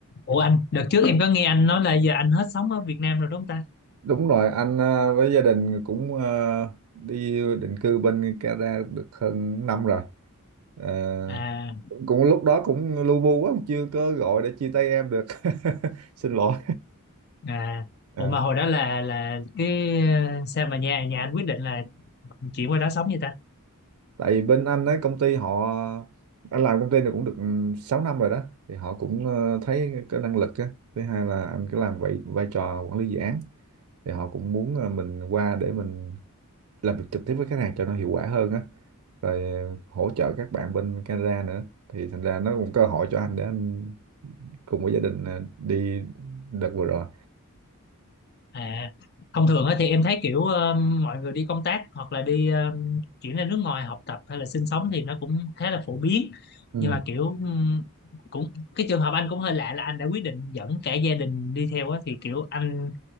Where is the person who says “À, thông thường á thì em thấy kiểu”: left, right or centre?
Left